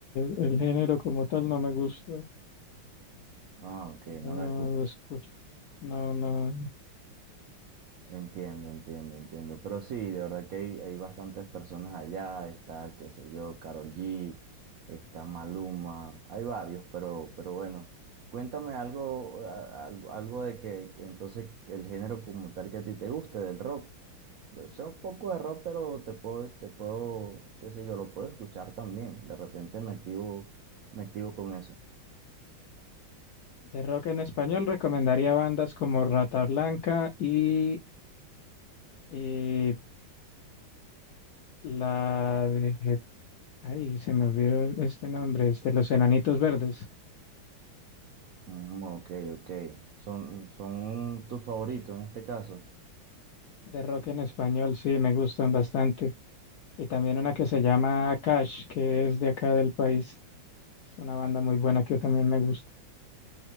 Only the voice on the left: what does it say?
el género como tal no me gusta.
No
lo escucho. No, no.
De rock en español recomendaría bandas como Rata Blanca y eh, la de... Ay, se me olvidó este nombre, es de Los Enanitos Verdes.
De rock en español, sí, me gustan bastante. Y también una que se llama Cash, que es de acá del país. Es una banda muy buena que también me gusta.